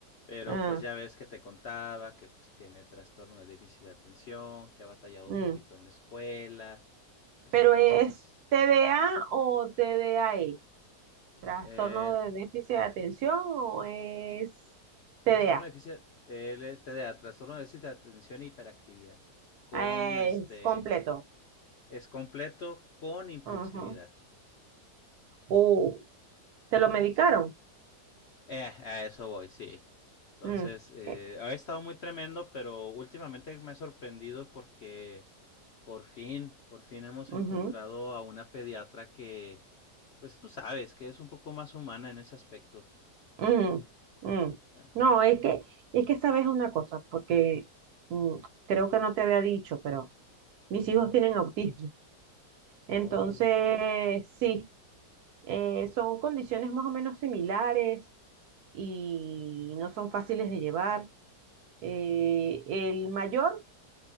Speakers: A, on the left; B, on the right.
A: pero
B: Ah,
A: pues ya ves que te contaba que pues tiene trastorno de déficit de atención, que ha batallado
B: mm.
A: un poquito en la escuela, este,
B: Pero
A: cositas.
B: es TDA o TDAE, trastorno
A: Eh,
B: de déficit de atención o es TDA,
A: trastorno de déficit, él es TDA, trastorno de déficit de atención e hiperactividad, con
B: Ah,
A: este,
B: es completo.
A: es completo con impulsividad,
B: Ujú. Uh, ¿te lo medicaron?
A: sí. Eh, a eso voy, sí. Entonces,
B: Mm,
A: eh,
B: eh,
A: ha estado muy tremendo, pero últimamente me ha sorprendido porque Por fin, por fin hemos
B: ujú,
A: encontrado a una pediatra que, pues tú sabes, que es un poco más humana en ese aspecto.
B: ujú, mm.
A: O sea,
B: No, es que, es que sabes una cosa, porque mm, creo que no te había dicho, pero mis hijos tienen autismo. Entonces,
A: oh, vale.
B: sí. Eh, son condiciones más o menos similares y no son fáciles de llevar. Eh, el mayor